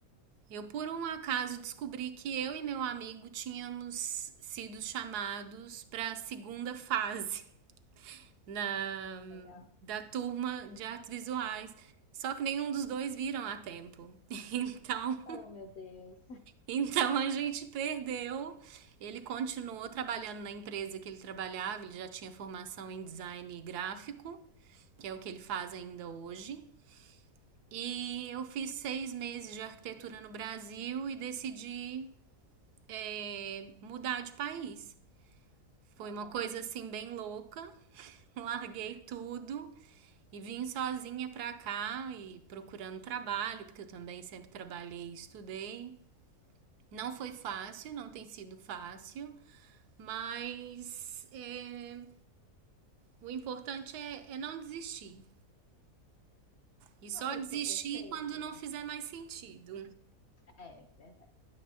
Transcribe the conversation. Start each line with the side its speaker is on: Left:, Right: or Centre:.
Right: eu por um acaso descobri que eu e meu amigo tínhamos sido chamados para a segunda fase na,
Left: Legal.
Right: da turma de artes visuais. Só que nenhum dos dois viram a tempo. <laughs> Então,
Left: Oh, meu Deus.
Right: então a gente perdeu. Ele continuou trabalhando na empresa que ele trabalhava, ele já tinha formação em design gráfico, que é o que ele faz ainda hoje. E eu fiz seis meses de arquitetura no Brasil e decidi, eh, mudar de país. Foi
Left: Legal.
Right: uma coisa assim bem louca. <laughs> Larguei tudo e vim sozinha pra cá e procurando trabalho, porque eu também sempre trabalhei e estudei. Não foi fácil, não tem sido fácil, mas é, o importante é, é não desistir. E
Left: Uma
Right: só
Left: coisa
Right: desistir
Left: que eu percebo,
Right: quando não fizer mais sentido.
Left: é verdade.